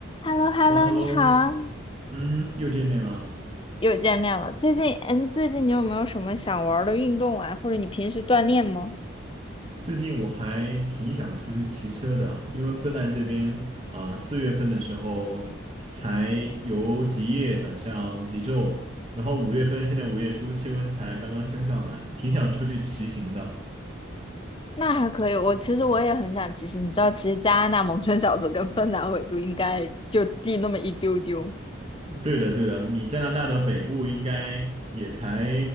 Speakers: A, on the left (about 25°); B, on the right (about 30°).
A: h e l l o h e
B: h
A: l l
B: e l l o
A: o
B: h
A: 你好啊，
B: e l l o 嗯，又见面了。
A: 又见面了。最近，嗯，最近你有没有什么想玩儿的运动啊？或者你平时锻炼吗？
B: 最近我还挺想出去骑车的，因为芬兰这边啊，四、月份的时候才由极夜转向极昼，然后五月份现在五月初气温才刚刚升上来，挺想出去骑行的。
A: 那还可以，我其实我也很想骑行。你知道，其实加拿大蒙春小组跟芬兰纬度应该就低那么一丢丢。
B: 对的，对的，你加拿大的北部应该也才